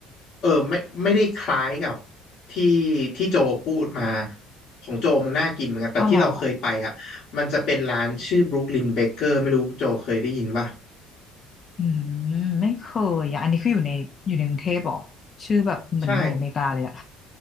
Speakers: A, on the left; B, on the left.
A: เออไม่ไม่ได้คล้ายกับที่ที่โจพูดมาของโจมันน่ากินเหมือนกันแต่ที่เราเคยไปอะมันจะเป็นร้านชื่อ
B: อ๋อเหรอ
A: Brooklyn Baker ไม่รู้โจเคยได้ยินป่ะ
B: อืมไม่เคยอ่ะอันนี้คืออยู่ในอยู่ในกรุงเทพเหรอชื่อแบบเหมือนอยู่อเมริกาเลยอ่ะ
A: ใช่